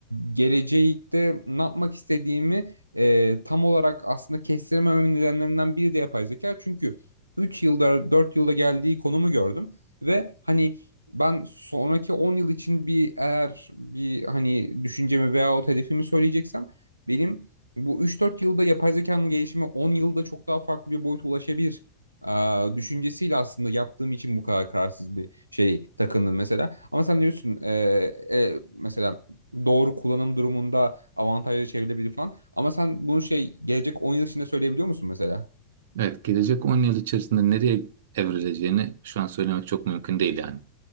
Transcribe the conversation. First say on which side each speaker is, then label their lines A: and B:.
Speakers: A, on the right; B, on the right.
A: gelecekte ne yapmak istediğimi e, tam olarak aslında kestiremememin nedenlerinden biri de yapay zeka. Çünkü 3 yılda 4 yılda geldiği konumu gördüm ve hani ben sonraki 10 yıl için bir eğer bir hani düşüncemi veyahut hedefimi söyleyeceksem benim bu üç dört yılda yapay zekanın gelişimi 10 yılda çok daha farklı bir boyuta ulaşabilir e, düşüncesiyle aslında yaptığım için bu kadar kararsız bir şey takındım mesela. Ama sen diyorsun e, e, mesela doğru kullanım durumunda avantajlı çevirebilir falan. Ama sen bunu şey gelecek 10 yıl içinde söyleyebiliyor musun mesela?
B: evet gelecek on yıl içerisinde nereye evrileceğini şu an söylemek çok mümkün değil yani.